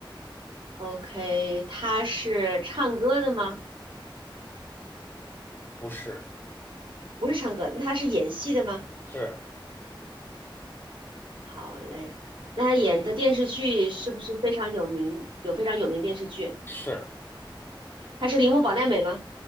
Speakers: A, on the right; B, on the left.
A: OK，他是唱歌的吗？
B: 不是，
A: 不是唱歌，那他是演戏的吗？
B: 是，
A: 好嘞，那他演的电视剧是不是非常有名？有非常有名的电视剧？
B: 是，
A: 他是铃木保奈美吗？